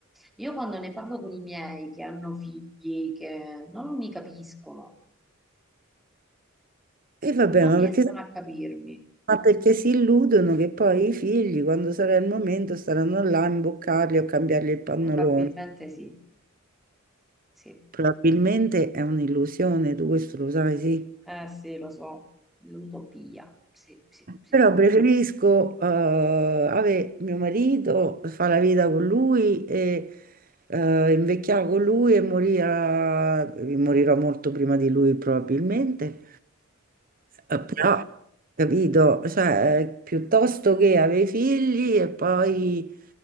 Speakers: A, in the centre; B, on the right.
A: Io quando ne parlo con i miei che hanno figli, che non mi capiscono,
B: E vabbè,
A: non
B: ma
A: riescono
B: perché,
A: a capirmi.
B: ma perché si illudono che poi i figli, quando sarà il momento, staranno là a imboccarli o a cambiargli il pannolone.
A: Probabilmente sì, sì.
B: Probabilmente è un'illusione, tu questo lo sai, sì.
A: Eh sì, lo so, l'utopia. Sì, sì, sì.
B: Però preferisco eh, avere mio marito, fare la vita con lui e eh, invecchiare con lui e morire, a- morirò molto prima di lui probabilmente. Eh, Però, capito, cioè, piuttosto che avere figli e poi